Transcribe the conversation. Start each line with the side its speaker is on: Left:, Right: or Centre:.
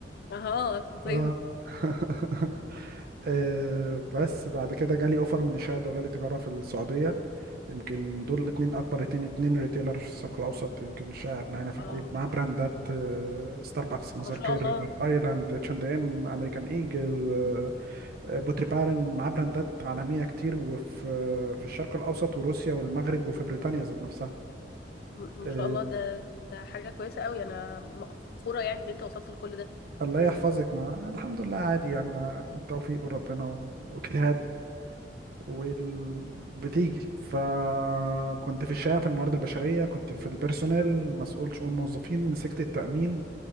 Left: اه <laughs> فطيم
Right: اه <laughs> آه، بس بعد كده جالي اوفر من الشهاده الدوليه للتجاره في السعوديه يمكن دول الاثنين اكبر اتنين اتنين ريتيلر في الشرق الاوسط يمكن مش اغنى هنا في الكويت
Left: اه
Right: مع براندات آه، ستاربكس مازار
Left: ما شاء
Right: كير
Left: الله
Right: ريفر ايلاند اتش اند ام امريكان ايجل آه، بوتري بارن مع براندات عالميه كتير وفي آه، في الشرق الاوسط وروسيا والمغرب وفي بريطانيا ذات نفسها
Left: م- ما
Right: آه،
Left: شاء الله ده ده حاجه كويسه قوي انا م- فخوره يعني ان انت وصلت لكل ده
Right: الله يحفظك ما الحمد لله عادي يعني ما- التوفيق من ربنا واجتهاد وبتيجي فكنت في الشقه في الموارد البشريه كنت في البيرسونيل مسؤول شؤون موظفين مسكت التامين